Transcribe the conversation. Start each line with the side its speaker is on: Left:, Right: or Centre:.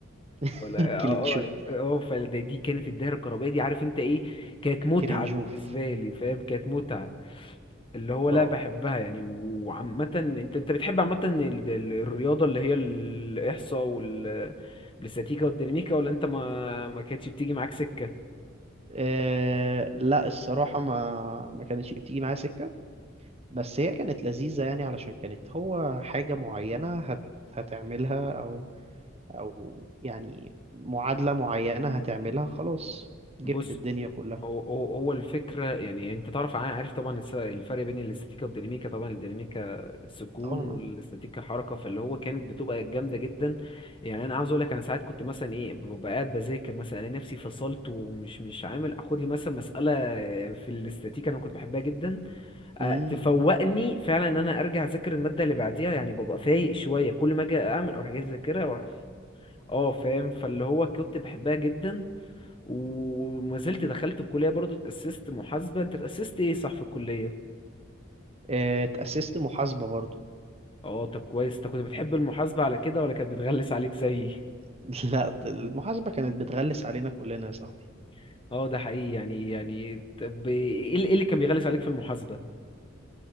Right: <laughs>
Left: ولا اه
Right: كلينشوف
Left: اه اه فدي دي كانت الدايرة الكهربائية دي عارف انت ايه كانت متعة
Right: كلينشوف
Left: بالنسبة لي فاهم كانت متعة اللي هو
Right: اه
Left: لا بحبها يعني وعامة انت انت بتحب عامة ال- ال- الرياضة اللي هي الإحصاء وال والاستاتيكا والديناميكا ولا انت ما ما كانتش بتيجي معاك سكة
Right: آه، لا الصراحة ما ما كانتش بتيجي معايا سكة بس هي كانت لذيذة يعني علشان كانت هو حاجة معينة هت هتعملها أو أو يعني معادلة معينة هتعملها خلاص جبت
Left: بص
Right: الدنيا كلها
Left: هو هو هو الفكرة يعني انت تعرف ع- عارف طبعا الس- الفرق بين الاستاتيكا والديناميكا طبعا الديناميكا سكون
Right: طبعا اه
Left: والاستاتيكا حركة فاللي هو كانت بتبقى جامدة جدا يعني انا عاوز اقول لك انا ساعات كنت مثلا ايه ببقى قاعد بذاكر مثلا الاقي نفسي فصلت ومش مش عامل اخد لي مثلا مسألة في الاستاتيكا انا كنت بحبها جدا أ-
Right: امم
Left: تفوقني فعلا ان انا ارجع اذاكر المادة اللي بعديها يعني ببقى فايق شوية كل ما اجي اعمل اروح جاي اذاكرها وأروح- اه فاهم فاللي هو كنت بحبها جدا وما زلت دخلت الكلية برضو اتأسست محاسبة انت اتأسست ايه صح في الكلية
Right: آه، اتأسست محاسبة برضو
Left: اه طب كويس انت كنت بتحب المحاسبة على كده ولا كانت بتغلس عليك زيي
Right: <laughs> لا المحاسبة كانت بتغلس علينا كلنا يا صاحبي
Left: <laughs> اه ده حقيقي يعني يعني طب ايه اللي إيه اللي كان بيغلس عليك في المحاسبة